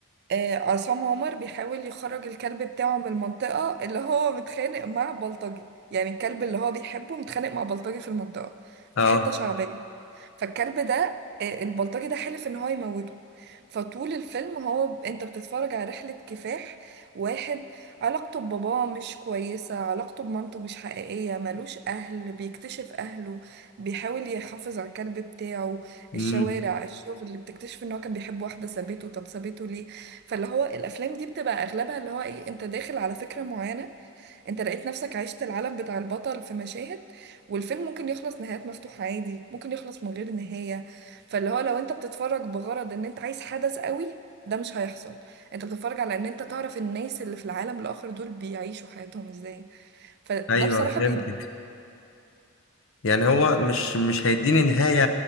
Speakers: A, on the right; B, on the left.
A: آه، عصام عمر بيحاول يخرج الكلب بتاعه من المنطقة اللي هو متخانق مع بلطجي يعني الكلب اللي هو بيحبه متخانق مع بلطجي في المنطقة
B: اه
A: في حتة شعبية فالكلب ده آه، البلطجي ده حلف ان هو يموته فطول الفيلم هو ب- انت بتتفرج على رحلة كفاح واحد علاقته بباباه مش كويسة علاقته بمامته مش حقيقية ملوش أهل بيكتشف أهله بيحاول يحافظ على الكلب بتاعه الشوارع
B: امم
A: الشغل اللي بتكتشف ان هو كان بيحب واحدة سابته طب سابته ليه فاللي هو الأفلام دي بتبقى أغلبها اللي هو ايه انت داخل على فكرة معينة انت لقيت نفسك عشت العالم بتاع البطل في مشاهد والفيلم ممكن يخلص نهايات مفتوحة عادي ممكن يخلص من غير نهاية فاللي هو لو انت بتتفرج بغرض ان انت عايز حدث قوي ده مش هيحصل انت بتتفرج على ان انت تعرف الناس اللي في العالم الاخر دول بيعيشوا حياتهم ازاي فده
B: ايوه
A: بصراحة
B: فهمتك
A: بيبقى
B: يعني هو مش مش هيديني نهايه